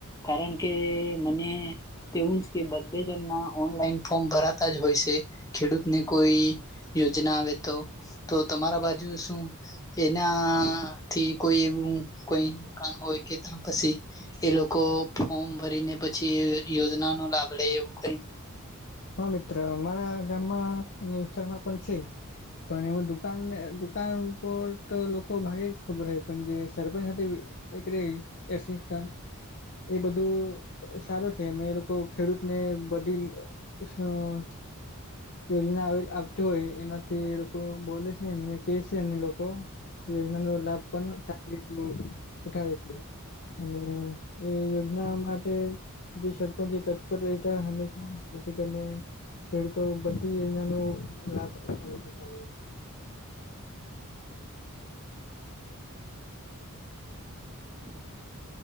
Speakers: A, on the left; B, on the left.
A: કારણ કે મને તેવું જ કે બધે જ એમના ઓનલાઈન ફોર્મ ભરાતા જ હોય છે ખેડૂતને કોઈ યોજના આવે તો તો તમારા બાજુ શું એના થી કોઈ એવું કોઈ દુકાનો હોય કે ત પછી એ લોકો ફોર્મ ભરી ને પછી યોજનાનો લાભ લે એવું કઈ?
B: હા મિત્ર મારા ગામમાં વિસ્તારમાં પણ છે. પણ એમાં દુકાન દુકાન પર તો લોકો ભાગે જ ખબર છે પણ જે સરપંચ સાથે <unintelligible> એ બધું સારું છે એ એ લોકો ખેડૂતને બધી <unintelligible> યોજના આવતી હોય એનાથી એ લોકો બોલે છે, એમને કે છે એ લોકો યોજનાનો લાભ પણ સારી <unintelligible> ઉઠાવે છે. અને એ યોજના માટે જે સરપંચ છે તંદ પર રહેતા હંમેશા જેથી કરીને ખેડૂતો બધી યોજનાનો લાભ ઉઠાવે <unintelligible>
A: <unintelligible>